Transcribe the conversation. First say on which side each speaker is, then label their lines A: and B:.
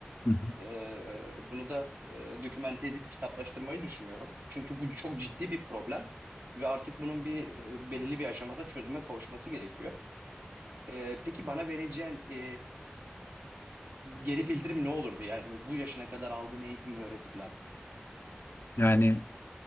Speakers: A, on the left; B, on the right.
A: Hı hı.
B: Ee, bunu da e, dokümente edip kitaplaştırmayı düşünüyorum. Çünkü bu çok ciddi bir problem ve artık bunun bir e, belirli bir aşamada çözüme kavuşması gerekiyor. Ee, peki bana vereceğin e, geri bildirim ne olurdu? Yani bu yaşına kadar aldığın eğitim ve öğretimden.
A: Yani